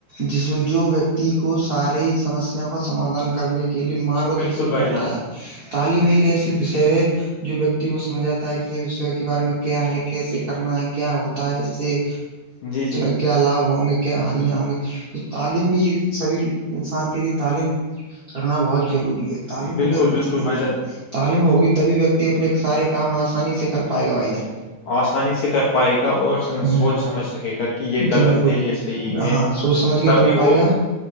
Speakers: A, on the right; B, on the left.
A: جس جو ویکتی کو ساری سمسیا کا سمادھان کرنے کے لیئے مارگدرشن
B: بالکل بھائی
A: کرتا
B: جان
A: ہے تعلیم ایک ایسی وشے ہے جو ویکتی کو سمجھاتا ہے کہ یہ وش کے بارے میں کیا ہے کیسے کرنا ہے کیا ہوتا ہے اس سے
B: جی جی
A: <unintelligible> کیا لابھ ہوں گے کیا ہانیاں ہوں گی تو تعلیم بھی سبھی انسان کے لیے تعلیم رکھنا بہت ضروری ہے تعلیم میں
B: بالکل
A: اگر کچھ
B: بالکل
A: نہیں
B: بھائی
A: ہے
B: جان
A: تعلیم میں ہوگی تبھی ویکتی اپنے سارے کام آسانی سے کر پائے گا بھائی جان
B: آسانی سے کر پائے گا اور
A: ہ
B: سوچ سمجھ سکے گا کہ یہ غلط
A: جی بالکل
B: ہے یہ صحیح ہے
A: ہاں سوچ سمجھ کے
B: تبھی
A: کر
B: وہ
A: پائے گا